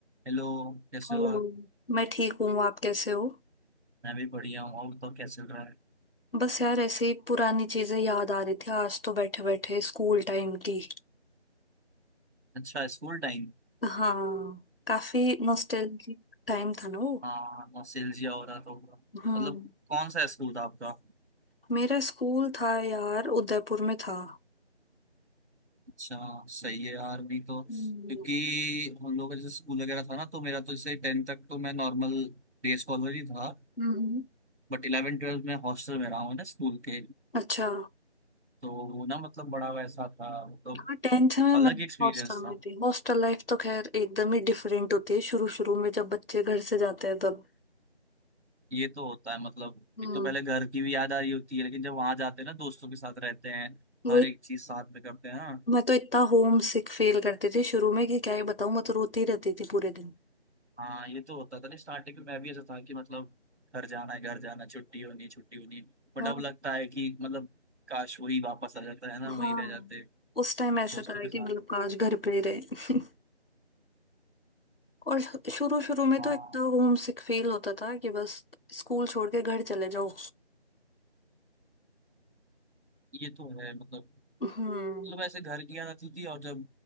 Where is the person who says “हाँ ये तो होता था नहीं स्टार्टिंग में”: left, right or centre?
Right